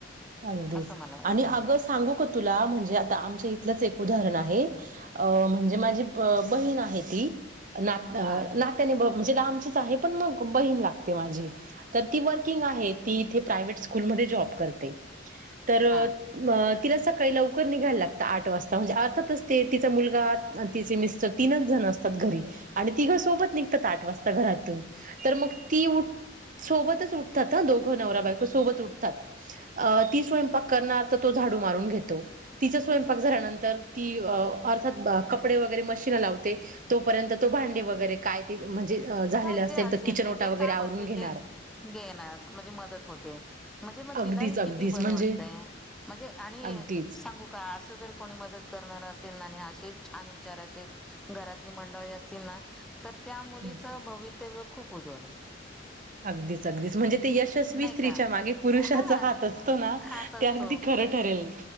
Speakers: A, on the right; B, in the centre.
A: अगदीच.
B: असं मला वाटतं
A: आणि अगं सांगू का तुला म्हणजे आता आमच्या इथलंच एक. उदाहरण आहे. अ म्हणजे माझी अ बहीण आहे ती. नात
B: हा
A: नात्याने ब म्हणजे ती लांबचीच आहे, पण बहिण लागते माझी. तर ती वर्किंग आहे ती इथे प्रायव्हेट स्कूलम ध्ये ती जॉब करते. तर
B: हा
A: अ तिला सकाळी लवकर निघायला लागत, आठ वाजता म्हणजे अर्थातच ति, तिचा मुलगा, तिचे मिस्टर तीनच जण असतात घरी आणि तिघेच सोबत निघतात आठ वाजता घरातून, तर मग ती ऊठ सोबतच उठतात हा, दोघं नवराबायको सोबत उठतात, अ ती स्वयंपाक करणार- तर तो झाडू मारून घेतो. तिचा स्वयंपाक झाल्यानंतर ती अ अर्थात कपडे वगैरे मशीन ला लावते, तोपर्यंत तो भांडी वगैरे काय ते म्हणजे झालेलं
B: काय जे असेल
A: तर किचन
B: ते,
A: ओटा
B: जे
A: वगैरे
B: काम
A: आवरून
B: असेल
A: घेणार
B: ते, घेणार म्हणजे मदत होते म्हणजे म
A: अगदीच
B: तिलाहि
A: अगदीच
B: किती बरं
A: म्हणजे
B: वाटतय, म्हणजे आणि
A: अगदीच
B: सांगू का अस जर कोणी मदत करणार असेल आणि असेच छान विचारांचे घरातली मंडळी असतील ना तर त्या मुली
A: ह
B: भवितव्य खूप उज्वल आहे.
A: अगदीच, अगदीच, म्हणजे ते यशस्वी
B: नाही
A: स्त्रीच्या
B: का
A: मागे पुरुषाचा
B: हा
A: हात असतो ना,
B: हात असतो
A: ते अगदी ख खरं ठरेल.